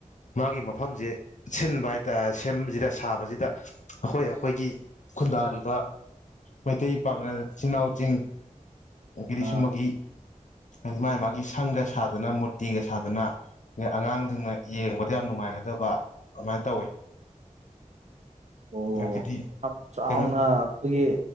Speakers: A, on the left; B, on the right.
A: ꯃꯥꯒꯤ ꯃꯐꯝꯁꯦ ꯁꯤꯟꯕ ꯍꯥꯏꯇꯥꯔꯦ ꯁꯦꯝꯕꯁꯤꯗ ꯁꯥꯕꯁꯤꯗ ꯑꯩꯈꯣꯏ ꯑꯩꯈꯣꯏꯒꯤ ꯈꯨꯟꯗꯥꯔꯤꯕ ꯃꯩꯇꯩ ꯄꯥꯡꯒꯜ ꯏꯆꯤꯜ ꯏꯅꯥꯎꯁꯤꯡ ꯆꯤꯡ ꯒꯤꯔꯤ
B: ꯑꯥ
A: ꯁꯨꯝꯃꯒꯤ ꯍꯥꯏꯗꯤ ꯃꯥꯒꯤ ꯃꯥꯒꯤ ꯁꯪꯒ ꯁꯥꯗꯅ ꯃꯨꯔꯇꯤꯒ ꯁꯥꯗꯅ ꯑꯗꯩ ꯑꯉꯥꯡꯁꯤꯡꯅ ꯌꯦꯡꯕꯗ ꯌꯥꯝ ꯅꯨꯡꯉꯥꯏꯒꯗꯕ ꯑꯗꯨꯃꯥꯏꯅ ꯇꯧꯋꯦ
B: ꯑꯣ
A: ꯑꯗꯒꯤꯗꯤ
B: ꯌꯥꯝ ꯆꯥꯎꯅ
A: ꯀꯩꯅꯣ
B: ꯑꯩꯈꯣꯏꯒꯤ